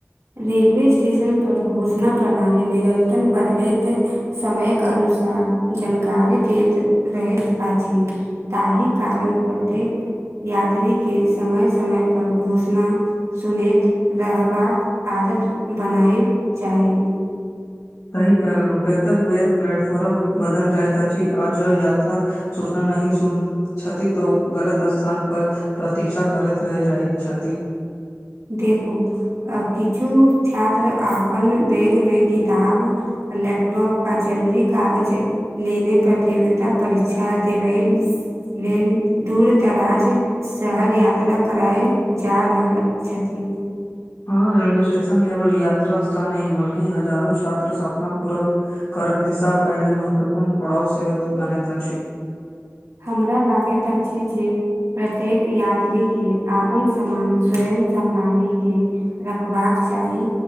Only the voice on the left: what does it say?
सही कहलहुं कतेक बेर प्लेटफॉर्म बदल जाइत अछि आ जल यात्रा सूचना नहि सुन छथि तऽ ओ गलत स्थान पर प्रतीक्षा करैत रहै जाइत छथि
हँ रेलवे स्टेशन केवल यात्रा स्थान नहि बल्कि हजारो छात्र सपना पूरा करब दिशा पहिल महत्वपूर्ण पड़ाव सेहो त बनैत अछि